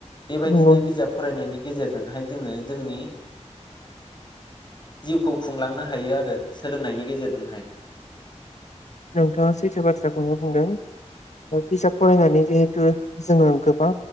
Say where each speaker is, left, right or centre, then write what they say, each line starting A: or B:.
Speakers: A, on the left (about 40°); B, on the left (about 70°).
A: बेबायदिनो
B: नंगौ
A: बिजाब फरायनायनि गेजेरजोंहाय जोङो जोंनि जिउखौ खुंलांनो हायो आरो सोलोंनायनि गेजेरजोंहाय।
B: नोंथाङा सैथो बाथ्राखौनो बुंदों बिजाब फरायनानै जिहेथु जोङो गोबां